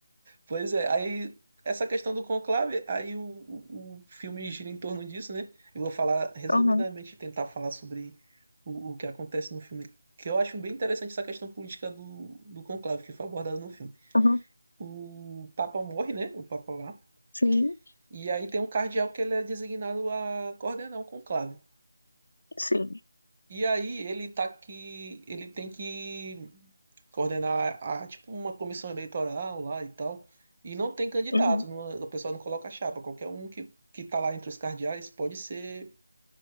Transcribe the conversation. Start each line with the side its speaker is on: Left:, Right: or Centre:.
Right: Pois é, aí essa questão do conclave, aí o, o, o filme gira em torno disso, né? Eu vou falar resumidamente,
Left: Aham,
Right: tentar falar sobre o, o que acontece no filme, que eu acho bem interessante essa questão política do, do conclave, que foi abordada no filme.
Left: aham.
Right: O Papa morre, né? O Papa lá.
Left: Sim,
Right: E aí tem um cardeal que ele é designado a coordenar o conclave.
Left: sim.
Right: E aí ele tá que ele tem que coordenar a, a, tipo uma comissão eleitoral lá e tal. E não tem candidato,
Left: Uhum.
Right: não- o pessoal não coloca chapa. Qualquer um que, que tá lá entre os cardeais pode ser